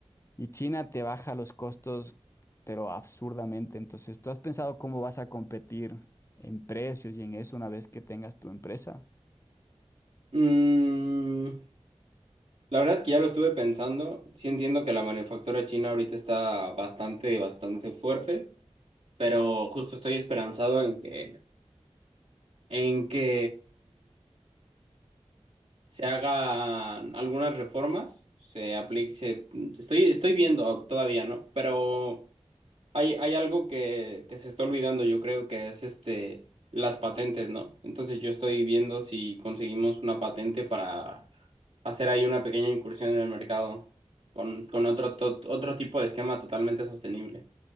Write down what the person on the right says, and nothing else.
Mm, la verdad es que ya lo estuve pensando. Sí entiendo que la manufactura china ahorita está bastante, bastante fuerte, pero justo estoy esperanzado en que, en que se hagan algunas reformas, se aplique, se- estoy, estoy viendo todavía, ¿no? Pero hay, hay algo que, que se está olvidando, yo creo que es este, las patentes, ¿no? Entonces yo estoy viendo si conseguimos una patente para hacer ahí una pequeña incursión en el mercado con, con otro, to- otro tipo de esquema totalmente sostenible.